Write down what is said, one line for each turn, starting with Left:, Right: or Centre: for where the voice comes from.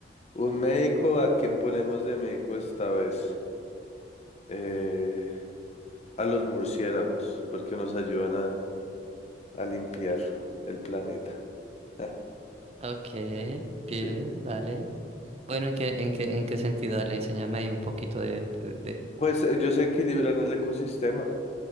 Left: un médico, ¿a quién ponemos de médico esta vez? Eh, a los murciélagos, porque nos ayudan a, a limpiar el planeta. <laughs>
Right: Ok, bien,
Left: Sí.
Right: vale. Bueno, ¿en qué, en qué, en qué sentido? Dale, enséñame ahí un poquito de, de... de-
Left: Pues ellos equilibran el ecosistema